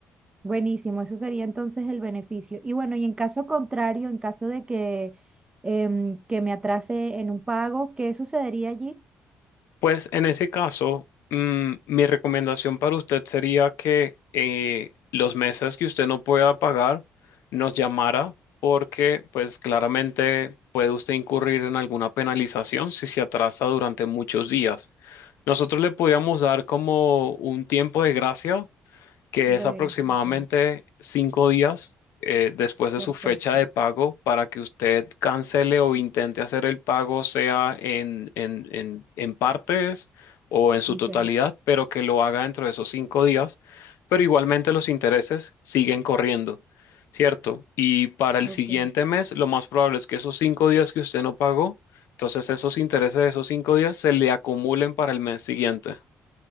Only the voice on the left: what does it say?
Pues en ese caso, mm, mi recomendación para usted sería que eh, los meses que usted no pueda pagar nos llamara porque pues claramente puede usted incurrir en alguna penalización si se atrasa durante muchos días. Nosotros le podíamos dar como un tiempo de gracia que es
aproximadamente
cinco días eh, después de
su fecha de pago para que usted cancele o intente hacer el pago, sea en, en, en, en partes o en su
totalidad, pero que lo haga dentro de esos cinco días. Pero igualmente los intereses siguen corriendo, ¿cierto? Y para el
siguiente mes, lo más probable es que esos cinco días que usted no pagó, entonces esos intereses de esos cinco días se le acumulen para el mes siguiente.